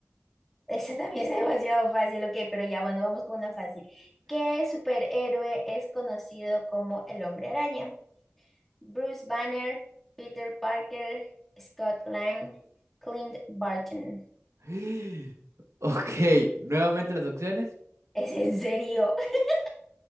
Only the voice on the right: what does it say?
<gasps> Ok, nuevamente las opciones.